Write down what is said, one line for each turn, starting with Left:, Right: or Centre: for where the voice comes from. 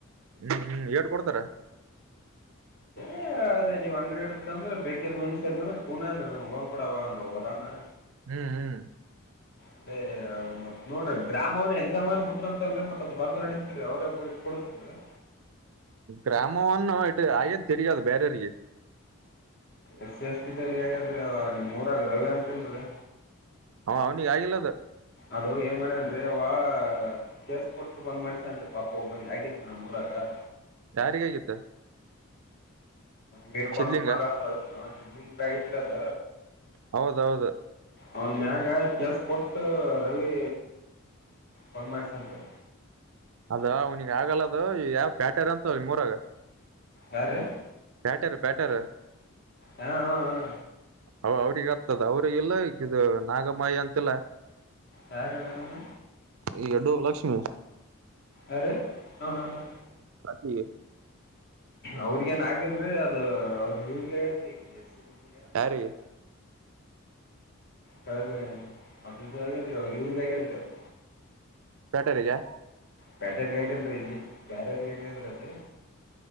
Right: ಹ್ಮ್ ಹ್ಮ್ ಏಟ್ ಕೊಡ್ತಾರ
Left: ಏ ಅದೇ ನೀವ ಅಂಗಡಿ ಇಡ್ತರ ಅಂದ್ರೆ ಬೇಕಾದ್ ಮನುಷ್ಯ ಅದ ಅಂದ್ರೆ ಕೂನ ಅನಾ ಲೋನ್ ಕೊಡವ ಒಬ್ಬ ಆನ
Right: ಹ್ಮ್ ಹ್ಮ್
Left: ಅದೇ ಮತ್ ನೋಡ್ರಿ ಗ್ರಾಮವನ ಎಕ್ಸಾಮ್ ಏನ್ ಬಿಟ್ರ ಅಂತ ಅಲ್ರಿ ಮತ್ ಅದು ಬರ್ದ ನಡಿತದ್ರಿ ಅವ್ರೇ <unintelligible>
Right: ಗ್ರಾಮವನ್ನ್ ಆಗೇತ್ ತಿರಾಗಿ ಬೇರೆರಿಗೆ
Left: ಎಸಿ ಎಷ್ಟಿ ದವರಿಗಿ ಹಾಗಾದ್ರೆ ನಿಮ್ಮೂರಾಗ ರವಿ ಅಂತಲ್ರೀ
Right: ಹ ಅವ್ನಿಗೆ ಆಗಿಲ್ಲದ
Left: ಅದು ಏನ್ ಮಾಡೇನ್ರಿ ಅವ ಕೇಸ್ ಕೊಟ್ಟು ಬಂದ್ ಮಾಡಿಸೇನ್ರಿ ಪಾಪ ಒಬ್ಬನ್ ಆಗಿತ್ತು ನಮ್ಮಮೂರಾಗ ಹಾ
Right: ಯಾರಿಗಿ ಆಗಿತ್ತ
Left: ಮೀರಪಾಣು
Right: ಸಿದ್ಲಿಂಗ
Left: ಮಗಂತ <unintelligible> ಗ ಆಗಿತ್ರದ
Right: ಹೌದೌದು
Left: ಅವನ್ ಮ್ಯಾಗ ಕೆಸ್ ಕೊಟ್ಟ ರವಿ ಬಂದ್ ಮಾಡ್ಸನ್ ರೀ
Right: ಅದ ಅವನಿಗೆ ಆಗಲ್ಲದು ಯಾವ್ ಪ್ಯಾಟೆರ್ ಅಂತ ನಿಮ್ಮ ಮೂರಾಗ
Left: ಯಾರಿ
Right: ಪ್ಯಾಟರ್, ಪ್ಯಾಟರ್
Left: ಹಾ ಹಾ ಹಾ
Right: ಹ ಅವ್ರಗ ಹತ್ತದ ಅವ್ರಿಗೆಲ್ಲ ಈದ ದು ನಾಗಮಯಿ ಅಂತಿಲ್ಲಾ
Left: ಯಾರ ಇಲ್ಲ ನಮ್ಮ
Right: ಈ ಎಲ್ಲೀವ ಲಕ್ಷ್ಮಿ
Left: ಅರೆ ಹಾ ಹಾ ಹಾ
Right: <unintelligible>
Left: ಅವ್ರಿಗ ಏನ್ ಆಗಿಲ್ರಿ ಅದು ಅವ ಇವ್ರಗದ್ರಿ ಈಗ ಎಸಿ ಏನ್ ಮಂದಿಗಾಗೇತ್ರಿ
Right: ಯಾರಿಗೆ
Left: ಕೆಳ ಮದದತ್ರರ ಇವರಿಗೆ ಆಗೇದ ರೀ ಅದು
Right: ಪ್ಯಾಟೆ ರಿಗಾ
Left: ಪ್ಯಾಟೇ ಗಾಗಿಲ್ರರಿ ಅಲ್ಲಿ ಬೇರಾರಗಿ ಆಗೆದರೀ ಅದು